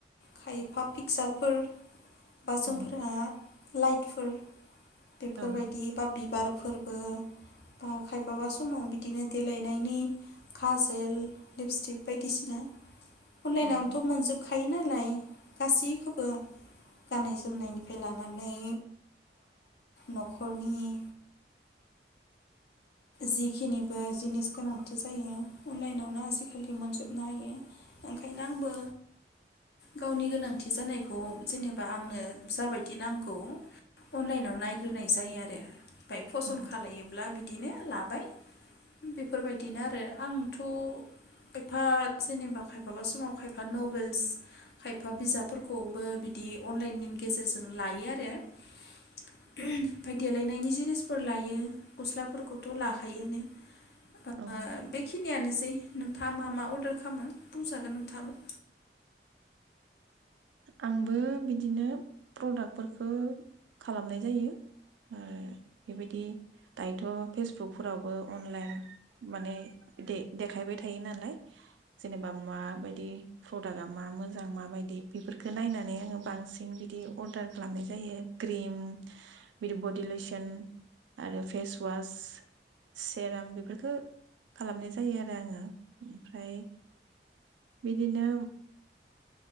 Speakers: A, on the left; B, on the right.
A: खायफा पिकसारफोर बा
B: औ
A: जुमफोरा लाइटफोर बेफोरबायदि
B: औ
A: बा बिब बिबार फोरबो बा खायफाबा समाव बिदिनो देलायनायनि खाजोल लिपस्टिक बायदिसिना अनलाइनावनोथ'
B: औ
A: मोनजोब खायो नालाय गासैखौबो गाननाय जोमनायनिफ्राय लानानै न'खरनि जिखिनिबो जिनिस गोनांथि जायो अनलाइनावनो आजिखालि मोनजोबनो हायो ओंखायनो आंबो गावनि गोनांथि जानायखौ जेनेबा आंनो जाबायदि नांगौ अनलाइनाव नायग्रोनाय जायो आरो। ओमफ्राय फसन्द
B: औ
A: खालामलायोब्ला बिदि दिनो लाबाय बेफोरबायदिनो आरो आंथ' खायफा जेनेबा खायफाबा समाव खायफा नभेल्स खायफा बिजाबफोरखौबो बिदि अनलाइननि गेजेरजों लायो आरो <inaudible> देलायनायनि जिनिसफोर लायो गस्लाफोरखौ थ' लाखायोआनो ओ
B: औ
A: बेखि नियानोसै नोंथाङा मा मा अर्डार खालामो बुंजागोन नोंथाङाबो
B: आंबो बिदिनो प्रडाक्टफोरखौ खालामनाय जायो ओ बेबायदि दायोथ' फेसबुकफोरावबो अनलाइन माने दे देखायबाय थायो नालाय जेनेबा माबायदि प्रदाक्टआ मा मोजां माबायदि बेफोरखौ नायनानै आङो बांसिन बिदि अर्डार खालामनाय जायो क्रिम बिदि बडि लइसन आरो फेसवास सेराम बेफोरफोरखौ खालामनाय जायो आरो आङो ओमफ्राय बिदिनो